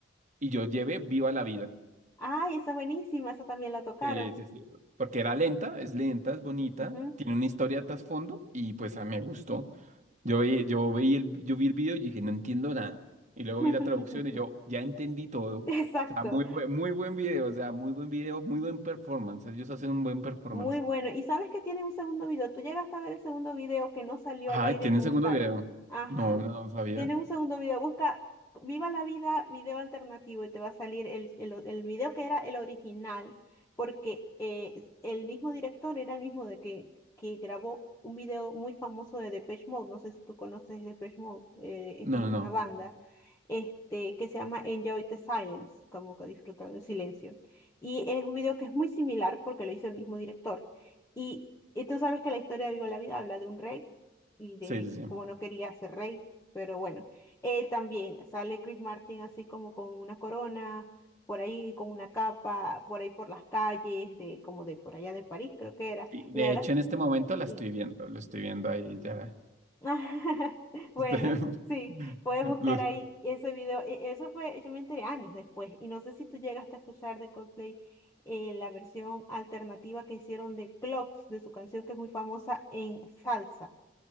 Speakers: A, on the right (about 35°); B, on the left (about 15°).
A: Y yo llevé Viva la Vida.
B: Ay, esa buenísima, esa también la tocaron.
A: Sí, sí, sí. Porque era lenta, es lenta, es bonita,
B: Ujú.
A: tiene una historia de trasfondo y pues a mí me gustó. Yo vi, yo vi el, yo vi el video y dije, no entiendo nada. Y luego
B: <laughs>
A: vi la traducción y yo ya entendí todo.
B: Exacto.
A: O sea, muy buen, muy buen video, o sea, muy buen video, muy buen performance. Ellos hacen un buen performance.
B: Muy bueno. Y sabes que tiene un segundo video. Tú llegaste a ver el segundo video que no salió
A: Ah,
B: al aire
A: ¿tienen
B: como
A: segundo
B: tal.
A: video?
B: Ajá.
A: No, no, no sabía.
B: Tiene un segundo video. Busca Viva la Vida video alternativo y te va a salir el, el, o- el video que era el original, porque eh, el mismo director era el mismo de que, que grabó un video muy famoso de Depeche Mode. No sé si tú conoces Depeche Mode. eh,
A: No,
B: es una
A: no, no.
B: banda este, que se llama Enjoy the Silence, como que disfruta del silencio. Y es un video que es muy similar porque lo hizo el mismo director. Y, y tú sabes que la historia de Viva la Vida habla de un rey y de
A: Sí, sí, sí.
B: cómo no quería ser rey, pero bueno, él también sale Chris Martin así como con una corona, por ahí con una capa, por ahí por las calles, de como de por allá de París creo que era.
A: Y
B: La
A: De
B: verdad,
A: hecho, en este momento la
B: sí.
A: estoy viendo, lo estoy viendo ahí ya.
B: <laughs> Bueno,
A: <laughs>
B: sí, puedes buscar
A: Lo-
B: ahí ese video. E- Eso fue, yo me enteré años después y no sé si tú llegaste a escuchar de Coldplay eh, la versión alternativa que hicieron de Clocks, de su canción que es muy famosa en salsa,